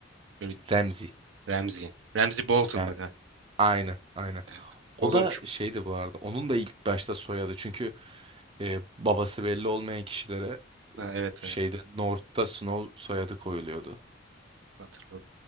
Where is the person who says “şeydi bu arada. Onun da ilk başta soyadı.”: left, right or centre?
Right